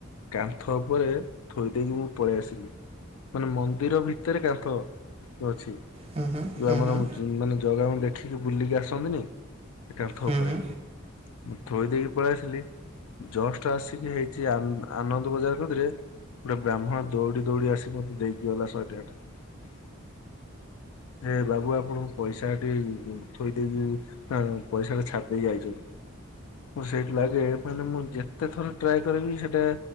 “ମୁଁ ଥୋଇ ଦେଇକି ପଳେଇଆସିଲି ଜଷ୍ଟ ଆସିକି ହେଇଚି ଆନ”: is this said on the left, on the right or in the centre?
Left